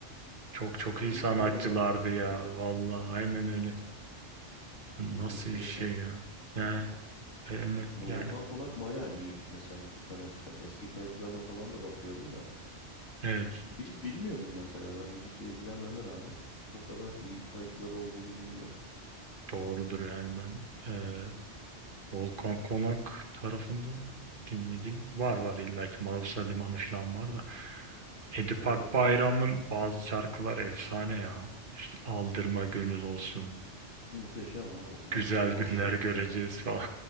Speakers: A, on the right; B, on the left.
A: çok çok
B: Nasıl
A: iyi sanatçılardı
B: gitti adamlar patır
A: ya
B: kütür ya?
A: valla aynen öyle Bu nasıl
B: Enteresan
A: bir şey
B: oldu.
A: ya yani yani,
B: Ya Volkan
A: yani
B: Konak bayağı iyiymiş mesela müzikal açıdan. Eski kayıtlarına falan da bakıyorum da.
A: evet
B: Bil- bilmiyordum mesela ben müzikle ilgilenmeme rağmen bu kadar iyi kayıtları olduğunu bilmiyordum.
A: doğrudur yani ben e, Volkan Konak tarafından dinlediğim var var illa ki Mausa Limanı falan var da Edip
B: Tabii
A: Akbayram'ın bazı şarkıları efsane ya İşte Aldırma Gönül olsun
B: muhteşem abi onlar.
A: güzel
B: Başyapıt
A: günler göreceğiz
B: zaten.
A: falan.